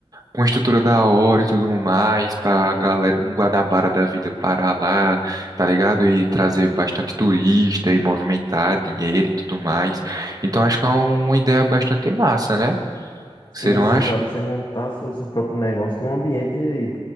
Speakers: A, on the right; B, on the left.
A: com estrutura da hora e tudo mais, pra galera, um Guanabara da vida parar lá, tá ligado? E trazer bastante turista e movimentar dinheiro e tudo mais. Então acho que é uma ideia bastante massa, né?
B: Sim,
A: Você não
B: sim,
A: acha?
B: para você montar seu, seu próprio negócio num ambiente